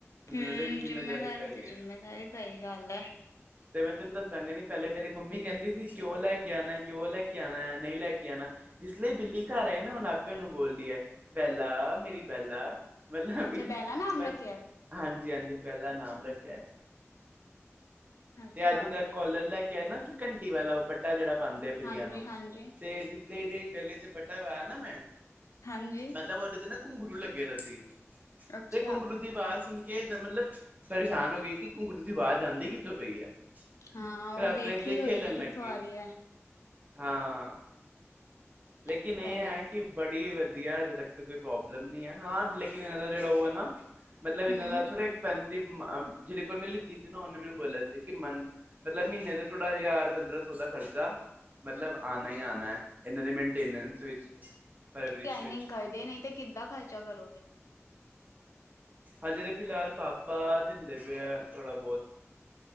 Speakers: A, on the right; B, on the left.
A: ਹੁਣ
B: ਹੂੰ
A: ਇਹਨਾਂ ਦੇ ਵੀ
B: ਜਿੰਮੇਦਾਰੀ
A: ਪੈ ਗਈ
B: ਤੇ ਜਿੰਮੇਦਾਰੀ
A: ਹੈ
B: ਸਹੀ ਗੱਲ ਐ।
A: ਤੇ ਮੈਂ ਤੈਨੂੰ ਦੱਸਾ ਨੀ ਪਹਿਲੇ ਮੇਰੀ ਮੰਮੀ ਕਹਿੰਦੀ ਸੀ ਕਿਉਂ ਲੈ ਕੇ ਆਣਾ ਕਿਉਂ ਲੈ ਕੇ ਆਣਾ ਨਹੀਂ ਲੈ ਕੇ ਆਣਾ। ਜਿਸ ਲਈ ਬਿੱਲੀ ਘਰ ਐ ਨਾ ਹੁਣ ਆਪੇ ਓਹਨੂੰ ਬੋਲਦੀ ਐ ਬੈਲਾ ਮੇਰੀ ਬੈਲਾ ਮਤਲਬ
B: ਅੱਛਾ
A: ਵੀ
B: ਬੈਲਾ ਨਾਮ
A: ਮ
B: ਰੱਖਿਆ
A: ਹਾਂਜੀ-ਹਾਂਜੀ ਬੈਲਾ ਨਾਮ ਰੱਖਿਆ ਐ,
B: ਅੱਛਾ
A: ਤੇ ਅੱਜ ਦਾ ਕੋਲਰ ਲੈ ਕੇ ਕਿਆ ਨਾ ਕਿ ਘੰਟੀ ਵਾਲਾ ਉਹ ਪੱਟਾ ਜਿਹੜਾ ਪਾਂਦੇ ਆ ਬਿੱਲੀਆਂ
B: ਹਾਂਜੀ
A: ਨੂੰ,
B: ਹਾਂਜੀ
A: ਤੇ ਜਿਸ ਲਈ ਇਹਦੇ ਗਲੇ ਚ ਪੱਟਾ ਪਾਇਆ ਨਾ ਮੈਂ,
B: ਹਾਂਜੀ
A: ਮਤਲਬ ਉਹਦੇ ਚ ਨਾ ਘੁੰਘਰੂ ਲੱਗੇ ਦੇ ਸੀ।
B: ਅੱਛਾ
A: ਤੇ ਘੁੰਗਰੂ ਦੀ ਆਵਾਜ਼ ਸੁਣ ਕੇ ਮਤਲਬ ਪਰੇਸ਼ਾਨ ਹੋ ਗਈ ਕਿ ਘੁੰਗਰੂ ਦੀ ਆਵਾਜ਼ ਆਂਦੀ ਕਿੱਥੋਂ ਪਈ ਐ।
B: ਹਾਂ
A: ਫੇਰ
B: ਉਹ
A: ਆਪਣੇ
B: ਵੇਖ
A: ਇੱਥੇ
B: ਰਹੀ
A: ਖੇਲਣ
B: ਹੋਏਗੀ
A: ਲੱਗ
B: ਕਿੱਥੋਂ
A: ਗੀ,
B: ਆ ਰਹੀ ਹੈ
A: ਹਾਂ। ਲੇਕਿਨ
B: ਸਹੀ
A: ਇਹ ਆ
B: ਹੈ
A: ਕੀ ਬੜੀ ਵਧੀਆ ਹਜੇ ਤੱਕ ਤਾਂ ਕੋਈ ਪ੍ਰੋਬਲਮ ਨੀ ਐ, ਹਾਂ ਲੇਕਿਨ ਇਹਦਾ ਜਿਹੜਾ ਉਹ ਐ ਨਾ ਮਤਲਬ ਇਹਨਾਂ
B: ਹਮ
A: ਦਾ ਥੋੜ੍ਹਾ ਐਕਪੈਨਸਿਵ ਅ ਜਿਹਦੇ ਕੋਲ ਮੈਂ ਲਿਤੀ ਸੀ ਨਾ ਉਹਨੇ ਮੈਨੂੰ ਬੋਲਿਆ ਸੀ ਕਿ ਮਨ ਮਤਲਬ ਮਹੀਨੇ ਦਾ ਥੋਡਾ ਹਜ਼ਾਰ ਪੰਦਰਾਂ ਸੌ ਦਾ ਖਰਚਾ, ਮਤਲਬ ਆਣਾ ਈ ਆਣਾ। ਇਹਨਾਂ ਦੇ ਮੇਨਟੇਨੈਂਸ ਵਿੱਚ ਪਰਵਰਿਸ਼
B: ਲਾਈਨਿੰਗ
A: ਵਿੱਚ
B: ਕਰਦੇ ਨਹੀ ਤੇ ਕਿੱਦਾਂ ਖਰਚਾ ਕਰੋਗੇ?
A: ਹਜੇ ਤਾ ਫਿਲਹਾਲ ਪਾਪਾ ਦਿੰਦੇ ਪਏ ਆ ਥੋੜਾ ਬਹੁਤ।